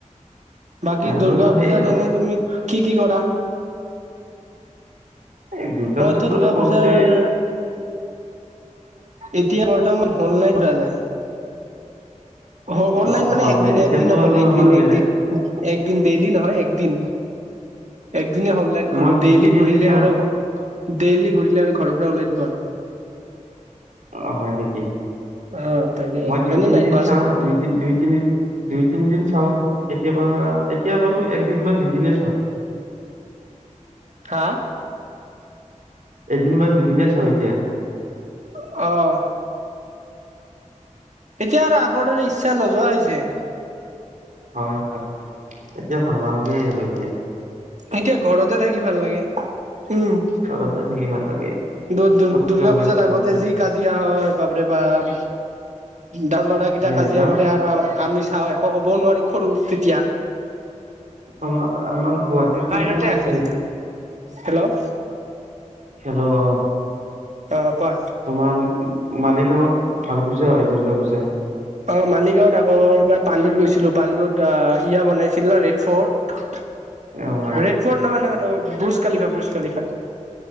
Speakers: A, on the right; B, on the right.
A: বাকী
B: আৰু
A: দূৰ্গা
B: তোমাৰ
A: পূজাত
B: সেই আৰু
A: এনে তুমি কি, কি কৰা?
B: এই দুৰ্গা
A: মইটো
B: পূজাত
A: দুৰ্গা
B: আৰু সৰুতে
A: পূজাৰ এতিয়া, বৰ্তমান হল নাইট ধৰা যায়। হ-হল
B: অ
A: নাইট মানে
B: হল
A: একদিন,
B: নাই এতিয়াতো
A: একদিন অকল,
B: আৰু
A: একদিন,
B: আমাৰ বেলেগ
A: একদিন, একদিন। ডেইলি নহয় একদিন। একদিনে হ'ল নাইট ঘূৰো,
B: মই দুই
A: ডেইলি
B: তিনিদিন
A: ঘূৰিলে
B: চাওঁ
A: আৰু ডেইলি ঘূৰিলে আৰু ঘৰৰ পৰা ওলাই দিব আৰু।
B: অ' হয় নেকি।
A: অ তাকে
B: মই দুই,
A: হয়নে
B: তিনদিন
A: নাই কোৱাচোন
B: চাওঁ দুই দুই, তিনি। দুই, তিনিদিন চাওঁ। কেতিয়াবা, এতিয়া বাৰু একদিন বা দুইদিনেই চাওঁ।
A: হা।
B: এদিন বা দুদিনে চাওঁ এতিয়া।
A: অ', এতিয়া আৰু আগৰ দৰে ইচ্ছা নোযোৱা হৈছে।
B: হয়, হয়। এতিয়া ভাল নালাগে আৰু এতিয়া।
A: এতিয়া ঘৰতে থাকি ভাল লাগে। উম,
B: ঘৰতে থাকি ভাল লাগে
A: দূ-দূৰ-
B: ক'তো
A: দুৰ্গা
B: যাব
A: পূজাত
B: ইচ্ছা
A: আগতে
B: নাযায়
A: যি কাজিয়া হয়, বাপৰে বাপ। ডাঙৰ ল'ৰা কেইটা কাজিয়া
B: হয় ন
A: কৰে আৰু আমি চূপ থাকো আমি একো ক'বও নোৱাৰো, সৰু তেতিয়া
B: তোমাৰ আমাৰ গুৱাহাটীত কিন্তু
A: বাহিৰতে আছে।
B: হেৰিত
A: হেল্ল'
B: খেলো অ'।
A: অ', কোৱা।
B: তোমাৰ মালিগাঁৱত ভাল পূজা হয় দুৰ্গা পূজা।
A: অ', মালিগাঁৱত আগৰ এবাৰ পাণ্ডুত গৈছিলো পাণ্ডুত ইয়া বনাইছিল ন ৰেড ফৰ্ট।
B: অ হয়।
A: ৰেড ফৰ্ড নহয় নহয় ন বুজ খালিফা বুজ খালিফা।